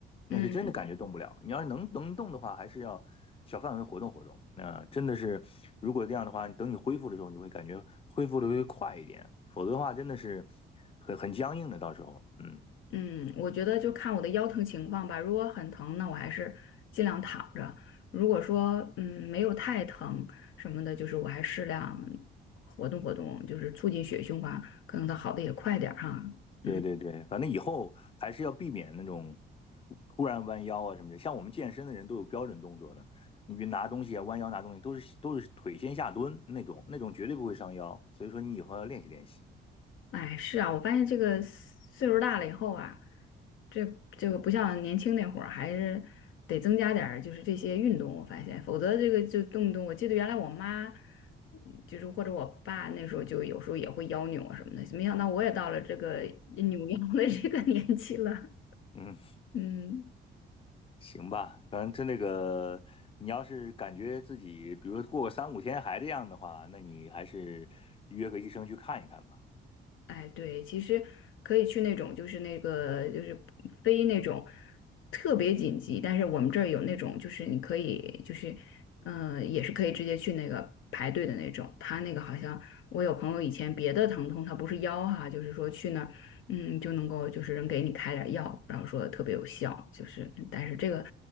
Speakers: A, on the left; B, on the left.
A: 那是真的感觉动不了。
B: 嗯。
A: 你要是能能动的话，还是要小范围活动活动。那真的是，如果这样的话，等你恢复的时候，你会感觉恢复的会快一点，否则的话，真的是很很僵硬的。到时候，嗯，
B: 嗯，我觉得就看我的腰疼情况吧。如果很疼，那我还是尽量躺着；如果说嗯没有太疼什么的，就是我还适量活动活动，就是促进血液循环，可能它好的也快点儿哈。
A: 对对对，
B: 嗯，
A: 反正以后还是要避免那种突然弯腰啊什么的。像我们健身的人都有标准动作的，你比如拿东西啊、弯腰拿东西，都是都是腿先下蹲那种，那种绝对不会伤腰。所以说，你以后要练习练习。
B: 哎，是啊，我发现这个岁数大了以后啊，这这个不像年轻那会儿，还是得增加点儿就是这些运动，我发现，否则这个就动不动，我记得原来我妈，嗯就是或者我爸那时候就有时候也会腰扭啊什么的，没想到我也到了这个扭腰的这个年纪了，
A: 嗯。
B: 嗯。
A: 行吧，反正这那个，你要是感觉自己，比如说过个三五天还这样的话，那你还是约个医生去看一看吧。
B: 哎，对，其实可以去那种，就是那个，就是非那种特别紧急，但是我们这儿有那种，就是你可以，就是，嗯、也是可以直接去那个排队的那种。他那个好像我有朋友以前别的疼痛，他不是腰哈，就是说去那儿，嗯，就能够就是人给你开点儿药，然后说特别有效，就是，但是这个，